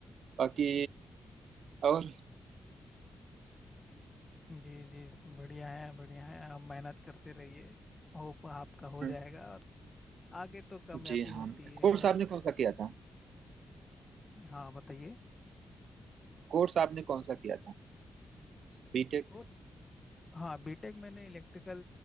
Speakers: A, on the right (about 80°); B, on the left (about 20°).
A: बाकी और
B: जी जी बढ़िया है बढ़िया है आप मेहनत करते रहिए होप आपका हो
A: हम्म,
B: जाएगा और आगे तो कामयाबी
A: जी हाँ
B: होती है
A: कोर्स
B: बस
A: आपने कौन सा किया था
B: हाँ बताइए
A: कोर्स आपने कौन सा किया था बीटेक
B: कोर्स हाँ बीटेक मैंने इलेक्ट्रिकल